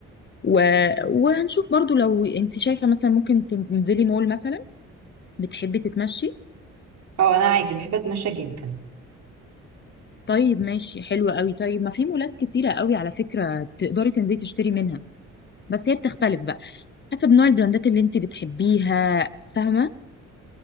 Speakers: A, on the left; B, on the right.
A: و... وهنشوف برضو لو انت شايفه مثلا ممكن تنزلي مول مثلا بتحبي تتمشي
B: اه انا عادي بحب اتمشى جدا
A: طيب ماشي حلو قوي طيب ما في مولات كتيره قوي على فكره تقدري تنزلي تشتري منها بس هي بتختلف بقى حسب نوع البراندات اللي انت بتحبيها فاهمه